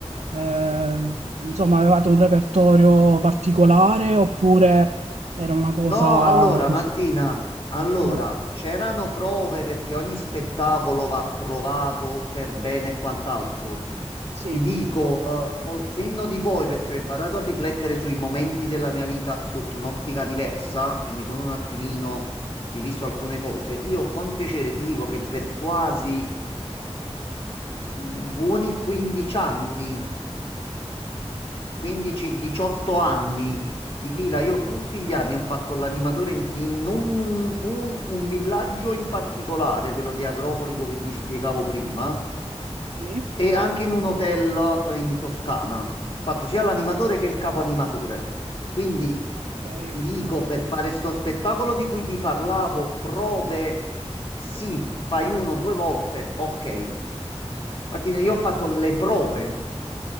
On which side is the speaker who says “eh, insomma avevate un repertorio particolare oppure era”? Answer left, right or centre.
Right